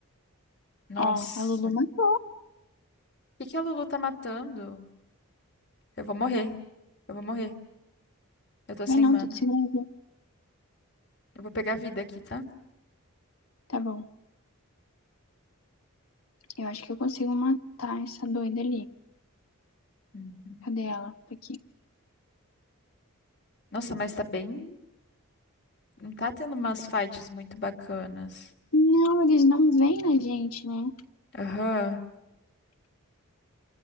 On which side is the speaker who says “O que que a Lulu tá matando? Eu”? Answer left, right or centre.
Left